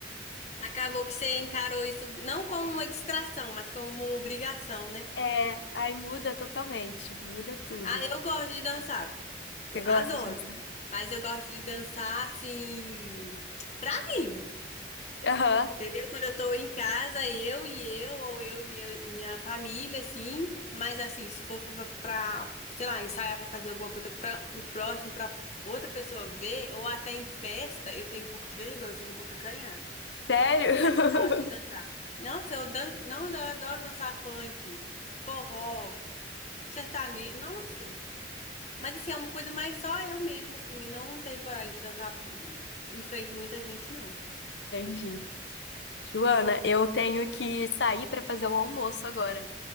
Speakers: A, on the left (about 40°); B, on the left (about 80°).
A: Acabou que você encarou isso não como uma distração, mas como uma obrigação, né?
B: é, aí muda totalmente, muda tudo.
A: Ah, eu gosto de dançar.
B: Você gosta
A: Adoro.
B: de dançar?
A: Mas eu gosto de dançar assim, pra mim.
B: Aham,
A: Entendeu? Quando eu tô em casa, eu e eu, ou eu e minha, minha família, assim. Mas, assim, se for fa- pra, sei lá, ensaiar pra fazer alguma coisa pra, pro próximo, pra outra pessoa ver, ou até em festa, eu tenho um pouco de vergonha, eu fico um pouco acanhada.
B: sério?
A: Mas eu gosto de dançar.
B: <laughs>
A: Nossa, eu, dan não, eu adoro dançar funk, forró, sertanejo. Nossa, mas, assim, é uma coisa mais só eu mesma, assim. e Não tenho coragem de dançar em frente a muita gente, não.
B: Entendi. Joana, eu tenho que sair para fazer o almoço agora,